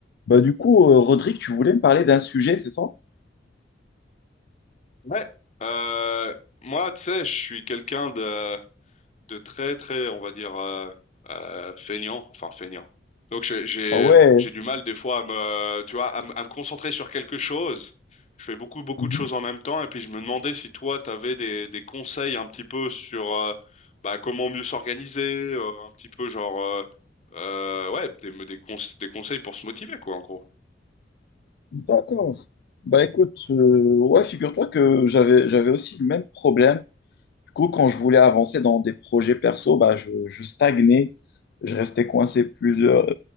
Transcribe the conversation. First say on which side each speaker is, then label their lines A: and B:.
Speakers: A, on the left; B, on the left.
A: Bah, du coup, euh, Rodrigue, tu voulais me parler d'un sujet, c'est ça?
B: Ouais. Euh, moi, tu sais, je suis quelqu'un de, de très, très, on va dire, euh, euh, feignant, enfin feignant. Donc, j'ai, j'ai,
A: Ah ouais,
B: j'ai du mal des fois à me, tu vois, à, me à me concentrer sur quelque chose. Je fais beaucoup, beaucoup
A: mhm.
B: de choses en même temps. Et puis, je me demandais si toi, tu avais des, des conseils un petit peu sur euh, bah, comment mieux s'organiser, euh, un petit peu genre, euh, euh, ouais, des, des, cons- des conseils pour se motiver, quoi, en gros.
A: D'accord. Bah écoute, euh, ouais, figure-toi que j'avais j'avais aussi le même problème. Du coup, quand je voulais avancer dans des projets perso, bah je, je stagnais, je restais coincé plusieurs